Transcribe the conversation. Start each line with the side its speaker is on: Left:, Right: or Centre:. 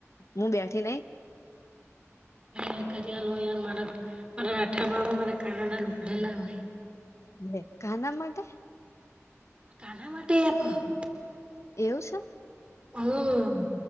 Left: હું બેઠી નઈ
Right: <unintelligible>
Left: લે કાના માટે
Right: કાના માટે <unintelligible>
Left: એવું સ
Right: હમ્મ